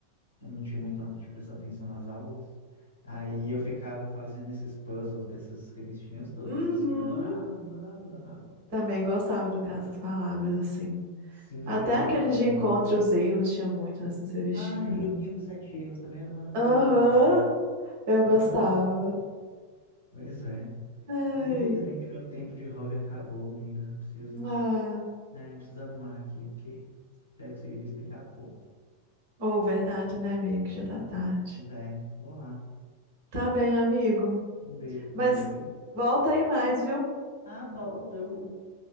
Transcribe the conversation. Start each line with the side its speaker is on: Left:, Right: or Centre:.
Left: eu não tinha muito hábito de prestar atenção nas aulas. Aí eu ficava fazendo esses puzzles dessas revistinhas todas,
Right: Uhum.
Left: assim, adorava, adorava, adorava.
Right: Também gostava do caça-palavras, assim.
Left: Sim,
Right: Até
Left: era
Right: aqueles
Left: muito bom.
Right: de encontro e os erros tinha muito nessas revistinhas.
Left: Ai, joguinho dos sete erros também era maravilhoso.
Right: Aham. Eu
Left: Adorava.
Right: gostava.
Left: Pois é.
Right: Ai.
Left: Mas infelizmente meu tempo de hobby acabou, amiga. Preciso,
Right: Ah.
Left: é, preciso arrumar aqui, porque pego o serviço daqui a pouco.
Right: Ou verdade, né? Meio que já tá tarde.
Left: Pois é, vou lá.
Right: Tá bem, amigo.
Left: Um beijo pra
Right: Mas
Left: você, viu?
Right: volta aí mais, viu?
Left: Ah, volto. Eu...